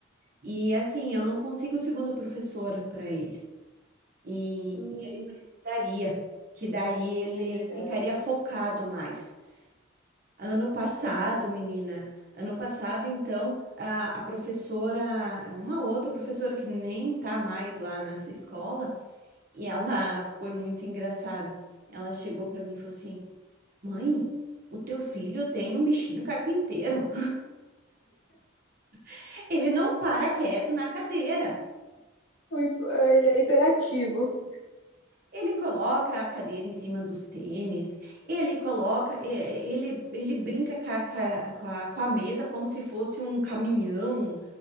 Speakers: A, on the right (about 45°); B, on the left (about 75°).
A: E assim, eu não consigo segunda professora para ele. E,
B: Hum,
A: e ele precisaria, que daí ele
B: é verdade.
A: ficaria focado mais. Ano passado, menina, ano passado, então, a, a professora, uma outra professora que nem tá mais lá nessa escola, E ela foi muito engraçada. Ela chegou para mim e falou assim: Mãe, o teu filho tem um bichinho carpinteiro. <laughs> Ele não para quieto na cadeira.
B: O hi- Ele é hiperativo.
A: Ele coloca a cadeira em cima dos tênis, ele coloca, e- e- ele, ele brinca com a, com a- com a mesa como se fosse um caminhão,